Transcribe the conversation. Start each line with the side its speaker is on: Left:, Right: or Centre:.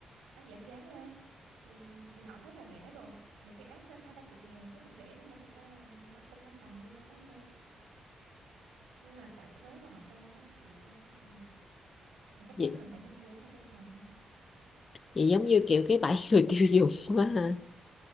Right: á, giảm giá lên thì thì họ thấy là rẻ rồi nhiều khi áp lên hai ba chục ngàn thấy cũng rẻ nhưng mà thực ra là nó cũng không bằng đi ra đó mua nhưng mà tại thuế của họ cao quá chịu thôi chứ sao giờ mà chắc
Left: vậy
Right: chắn là mình phải nâng giá ở trên sàn nha
Left: vậy giống như kiểu cái bẫy người <laughs> tiêu dùng quá ha